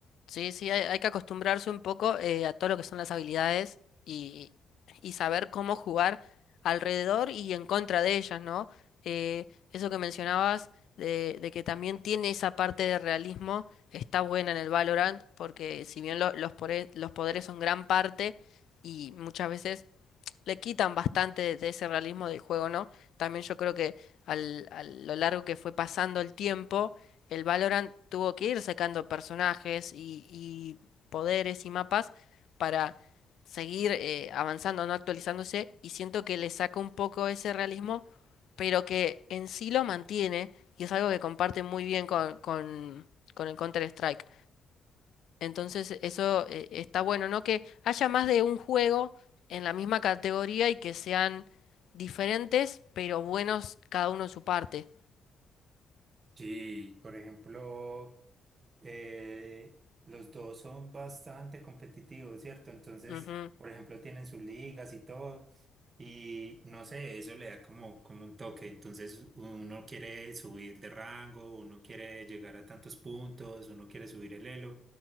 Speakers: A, on the left; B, on the right.
A: Sí, sí, hay, hay que acostumbrarse un poco eh, a todo lo que son las habilidades y, y saber cómo jugar alrededor y en contra de ellas, ¿no? Eh, eso que mencionabas de, de que también tiene esa parte de realismo, está buena en el Valorant, porque si bien lo- los, pore- los poderes son gran parte y muchas veces le quitan bastante de ese realismo del juego, ¿no? También yo creo que al, a lo largo que fue pasando el tiempo, el Valorant tuvo que ir sacando personajes y, y poderes y mapas para seguir eh, avanzando, no actualizándose, y siento que le saca un poco ese realismo, pero que en sí lo mantiene, y es algo que comparte muy bien con, con, con el Counter-Strike. Entonces eso eh, está bueno, ¿no? Que haya más de un juego en la misma categoría y que sean diferentes, pero buenos cada uno en su parte.
B: Sí, por ejemplo, eh, los dos son bastante competitivos, ¿cierto? Entonces,
A: Ujú,
B: por ejemplo, tienen sus ligas y todo. Y no sé, eso le da como, como un toque. Entonces uno quiere subir de rango, uno quiere llegar a tantos puntos, uno quiere subir el elo.